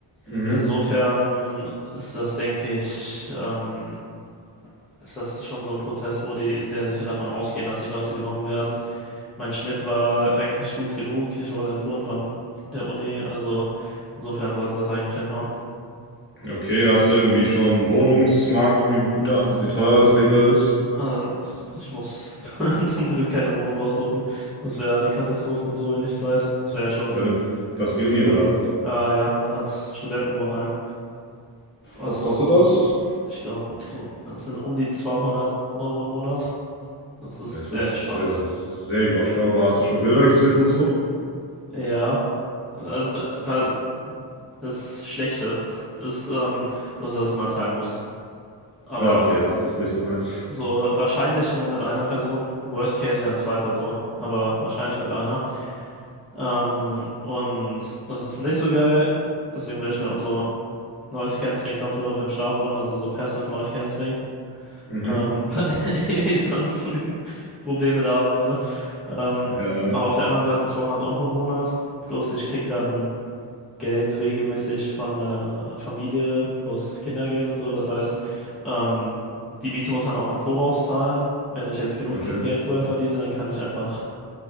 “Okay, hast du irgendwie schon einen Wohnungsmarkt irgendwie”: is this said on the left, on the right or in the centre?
Left